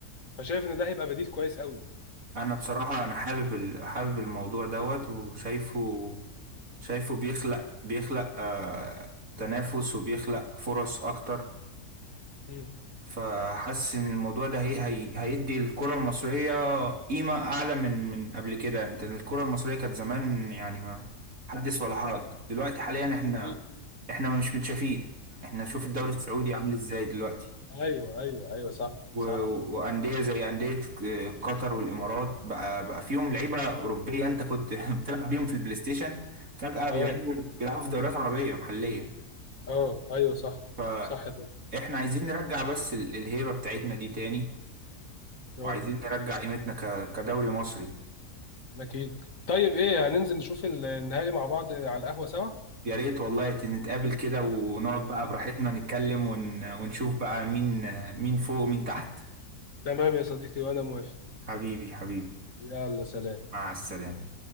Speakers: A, on the left (about 55°); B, on the right (about 60°).
A: فشايف ان ده هيبقى بديل كويس قوي
B: انا بصراحة انا حابب ال... حابب الموضوع دوت وشايفه شايفه بيخلق بيخلق آه... تنافس وبيخلق فرص اكتر
A: مم.
B: فحاسس ان الموضوع ده هي... هي... هيدي الكرة المصرية قيمة اعلى من من قبل كده انت الكرة المصرية كانت زمان يعني ما حدث ولا حرج دلوقتي حاليا احنا
A: <laughs> اكيد
B: احنا مش متشافين احنا شوف الدوري السعودي عامل ازاي دلوقتي
A: ايوه ايوه ايوه صح
B: و-
A: صح
B: وانديه زي انديه آه، قطر والامارات بقى بقى فيهم لعيبه اوروبيه انت كنت <laughs> بتلعب بيهم في البلاي ستيشن فجاه بيلعبوا
A: اه
B: بيلعبوا في دوريات عربيه محليه
A: اه ايوه صح
B: فاحنا
A: صح ده
B: عايزين نرجع بس ال- الهيبه بتاعتنا دي تاني
A: اه
B: وعايزين نرجع قيمتنا ك- كدوري مصري
A: اكيد طيب ايه هننزل نشوف النهائي مع بعض على القهوة سوا
B: يا ريت والله ت- نتقابل كده ونقعد بقى براحتنا نتكلم ون- ونشوف بقى مين مين فوق ومين تحت
A: تمام يا صديقي وانا موافق
B: حبيبي حبيبي
A: يلا سلام
B: مع السلامه